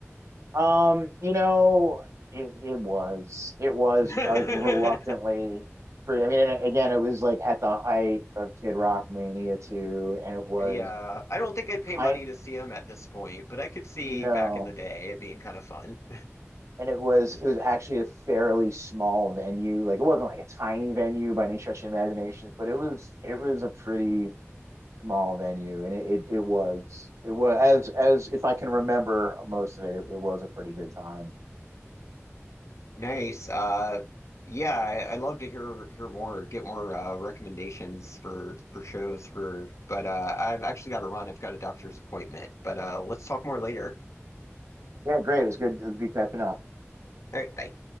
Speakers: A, on the right; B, on the left.
A: Um, you know, it, it was it was
B: <laughs>
A: like reluctantly free. I mean, and again, it was like at the height of Kid Rock mania too, and it was
B: Yeah, I don't think I'd pay
A: kind
B: money to see him at this point, but I could see
A: no,
B: back in the day it being kind of fun.
A: and it was it was actually a fairly small venue. Like it wasn't like a tiny venue by any stretch of the imagination, but it was it was a pretty small venue, and it, it it was it was as as if I can remember most of it, it, it was a pretty good time.
B: Nice. Uh, yeah, I, I'd love to hear hear more, get more uh, recommendations for for shows for. But uh, I've actually got to run. I've got a doctor's appointment. But uh, let's talk more later.
A: Yeah, great. It was good. It was good catching up.
B: All right, bye.